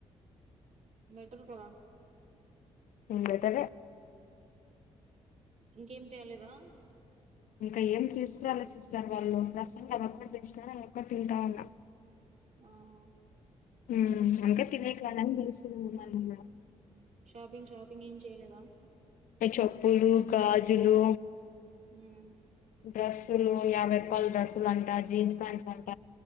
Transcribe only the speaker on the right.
బెటర్ కదా
ఇంకేం చెయ్లేదా
ఆవ్
షాపింగ్ షాపింగ్ ఏం చెయ్లేదా
హ్మ్